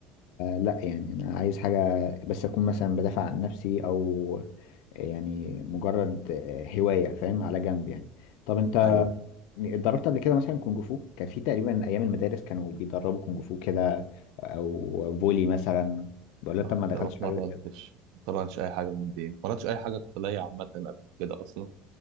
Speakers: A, on the left; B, on the right.
A: لا يعني انا عايز حاجه بس اكون مثلا بدافع عن نفسي او يعني مجرد هوايه فاهم على جنب يعني طب انت
B: ايوه
A: اتدربت قبل كده مثلا كونج فو كان في تقريبا ايام المدارس كانوا بيدربوا كونج فو كده او فولي مثلا بقول لك
B: آه،
A: طب ما دخلتش
B: لا ما اتمرنتش
A: حاجه زي كده
B: ما اتمرنتش اي حاجه من دي ما اتمرنتش اي حاجه قتاليه عامه قبل كده اصلا